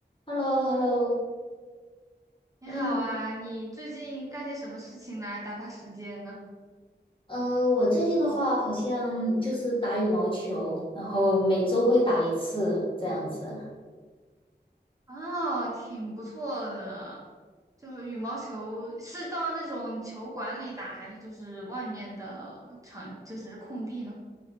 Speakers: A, on the left; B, on the right.
A: h e l l o h e l l o
B: 你好啊，
A: 哎，你
B: 你最近干些什么事情来打发时间呢？
A: 呃，我最近的话好像就是打羽毛球，然后每周会打一次这样子。
B: 哦，挺不错的，就是羽毛球是到那种球馆里打，还是就是外面的场，就是空地呢？